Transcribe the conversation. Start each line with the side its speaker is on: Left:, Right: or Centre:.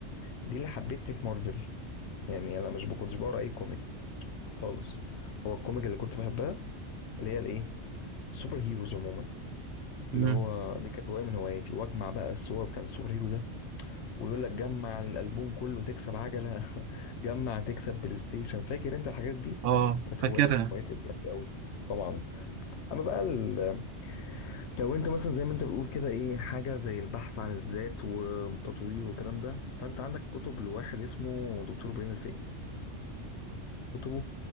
Left: دي اللي حبتني في مارفل يعني انا مش كنتش بقرا اي كوميك خالص هو الكوميك اللي كنت بحبها اللي هي الايه السوبر هيروز عموما
Right: امم
Left: اللي هو دي كانت هوايه من هواياتي واجمع بقى الصور بتاعت السوبر هيرو ده ويقول لك جمع الالبوم كله تكسب عجله <laughs> جمع تكسب بلاي ستيشن فاكر انت الحاجات دي
Right: اه
Left: كانت
Right: فاكرها
Left: هوايه من الهوايات الجامده قوي طبعا اما بقى ال- لو انت مثلا زي ما انت بتقول كده ايه حاجه زي البحث عن الذات وتطوير والكلام ده فانت عندك كتب لواحد اسمه دكتور ابراهيم الفقي كتبه